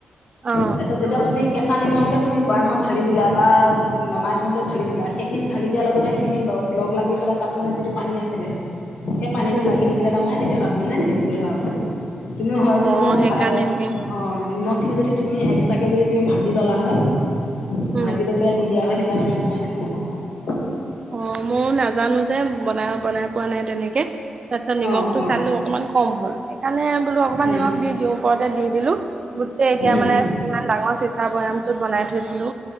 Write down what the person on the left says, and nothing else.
তাৰপিছত যেত- তিয়া তুমি কেঁচা নিমখকে তুমি বয়ামত ঢালি দিলা বা নমাই থওঁতে ঢালি দিলা সেইখিনি ধালি দিয়াৰ লগতে- সিখিনি লগ লাগি পেলাই তাত মানে যিটো পানী আছিলে, সেট- পানীটো
লাগি থাকিলে তাৰমানে তেতিয়া তাত মানে ভেঁকুৰ এটা উঠে, তুমি হয়তো
মানে
ভাই-
অঁ নিমখ খিনি যদি তুমি এক্সট্ৰাকে যদি তুমি ভাজি ললা হয়, -
ভাজি লৈ পেলাই দি দিয়া হয়, তেতিয়া তামানে তোমাৰ সেইটো নহ'ল হয় আ।
অ অ
উম
উম